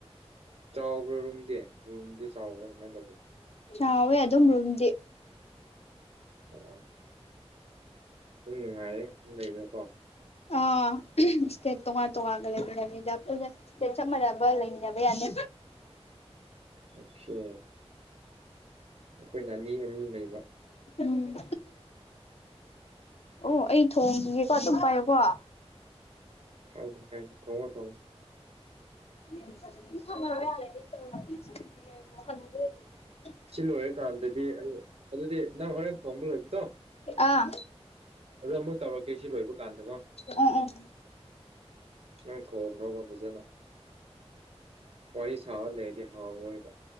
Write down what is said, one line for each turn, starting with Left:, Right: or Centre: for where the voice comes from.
Right: ꯆꯥꯎꯕ꯭ꯔꯥ ꯔꯨꯝꯗꯤ ꯔꯨꯝꯗꯤ ꯆꯥꯎꯕ꯭ꯔꯥ ꯀꯃꯥꯏꯅ ꯇꯧꯒꯦ
Left: ꯆꯥꯎꯋꯦ ꯑꯗꯨꯝ ꯔꯣꯝꯗꯤ
Right: ꯎꯝ ꯑꯗꯨꯝ ꯅꯨꯡꯉꯥꯏꯌꯦ ꯑꯗꯨꯝ ꯂꯩꯕꯗꯥꯀꯣ
Left: ꯑꯥ ꯁꯇꯦꯠ ꯇꯣꯉꯥꯟ ꯇꯣꯉꯥꯟ ꯒꯥ ꯂꯩꯃꯤꯟꯅꯕꯅꯤꯅꯥ ꯄꯨꯟꯅ ꯏꯁꯇꯦꯠ ꯆꯥꯞ ꯃꯥꯟꯅꯕ ꯂꯩꯃꯤꯟꯅꯕ ꯌꯥꯗꯦ
Right: ꯑꯆꯥ ꯑꯩꯈꯣꯏꯅ ꯑꯅꯤ ꯑꯅꯤ ꯂꯩꯕ
Left: ꯎꯝ ꯑꯣ ꯑꯩ ꯊꯣꯡꯈꯤꯒꯦꯀꯣ ꯑꯗꯨꯝ ꯄꯥꯏꯌꯨꯀꯣ
Right: ꯀꯥꯏꯗꯦ ꯀꯥꯏꯗꯦ ꯊꯣꯡꯉꯣ ꯊꯣꯡꯉꯣ
Left: <inaudible>
Right: ꯁꯤ ꯂꯣꯏꯔꯀꯥꯟꯗꯗꯤ ꯑꯩ ꯑꯗꯨꯗꯤ ꯅꯪ ꯍꯣꯔꯦꯟ ꯊꯣꯡꯕ ꯂꯣꯏꯕꯗꯣ
Left: ꯑꯥ
Right: ꯑꯗꯣ ꯑꯃꯨꯛ ꯇꯧꯔꯛꯀꯦ ꯁꯤ ꯂꯣꯏꯕ ꯀꯥꯟꯗꯀꯣ
Left: ꯎꯝ ꯎꯝ
Right: ꯅꯣꯢ ꯊꯣꯡꯈ꯭ꯔꯣꯕ ꯐꯖꯅ ꯋꯥꯔꯤ ꯁꯥ ꯂꯩꯔꯗꯤ ꯍꯥꯎꯔꯔꯣꯏꯕ